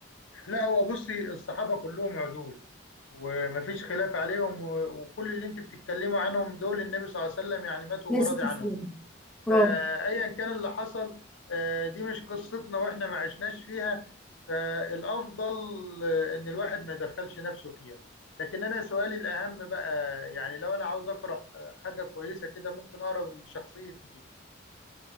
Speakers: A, on the left (about 85°); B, in the centre.
A: لا هو بصي الصحابة كلهم عدول ومفيش خلاف عليهم و- وكل اللي انت بتتكلموا عنهم دول النبي صلى الله عليه وسلم يعني ماتوا
B: ليست
A: وراضي
B: اسلام
A: عنهم
B: اه
A: فأيا كان اللي حصل آه، دي مش قصتنا واحنا ما عشناش فيها فالأفضل آه، إن الواحد ما يدخلش نفسه فيها لكن أنا سؤالي الأهم بقى يعني لو أنا عاوز أقرأ آه، حاجة كويسة كده ممكن أقرأ لشخصية مين